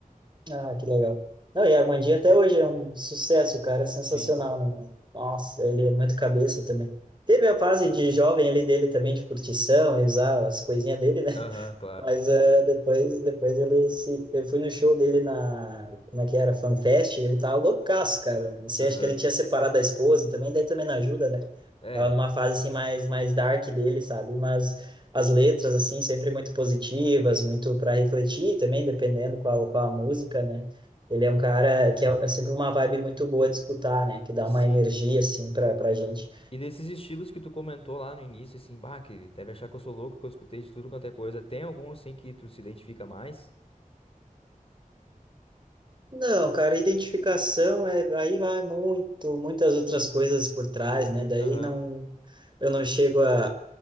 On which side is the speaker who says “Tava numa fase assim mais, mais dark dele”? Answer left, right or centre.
Right